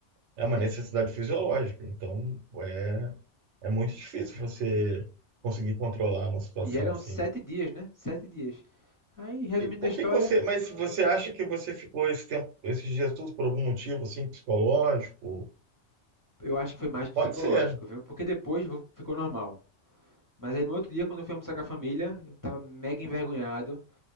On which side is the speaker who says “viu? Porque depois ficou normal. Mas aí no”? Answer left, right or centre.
Left